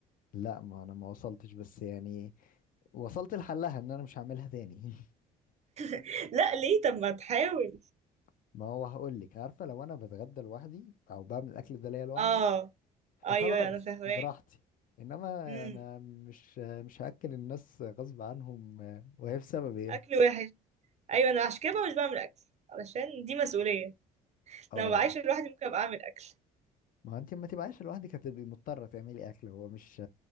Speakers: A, on the left; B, on the right.
A: لا ما انا ما وصلتش بس يعني وصلت لحلها ان انا مش هعملها تاني
B: <laughs> لا ليه طب ما تحاول
A: <laughs> ما هو هقول لك عارفه لو انا بتغدى لوحدي او بعمل الاكل ده ليا لوحدي
B: اه
A: مم. فخلاص
B: ايوه انا فاهماك
A: براحتي انما
B: امم
A: انا مش مش هاكل الناس غصب عنهم آه، وهي بسبب ايه
B: اكل وحش ايوه انا عشان كده بقى مش بعمل اكل علشان دي مسؤولية
A: اه
B: لو بعيش لوحدي ممكن ابقى اعمل اكل
A: ما هو انت ما تبقاش لوحدك هتبقي مضطره تعملي اكل هو مش